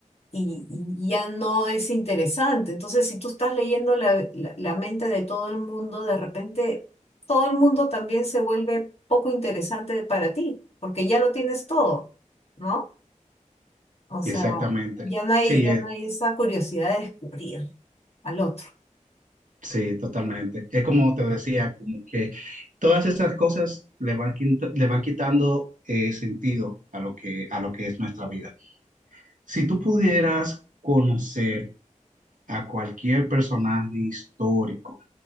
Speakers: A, on the left (about 50°); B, on the right (about 75°).
A: y- y ya no es interesante. Entonces, si tú estás leyendo la, la- la mente de todo el mundo, de repente todo el mundo también se vuelve poco interesante para ti, porque ya lo tienes todo, ¿no? O sea,
B: Exactamente.
A: ya no hay,
B: Sí,
A: ya no hay esa curiosidad de descubrir al otro.
B: Sí, totalmente. Es como te decía, como que todas esas cosas le van, quint- le van quitando eh, sentido a lo que, a lo que es nuestra vida. Si tú pudieras conocer a cualquier personaje histórico,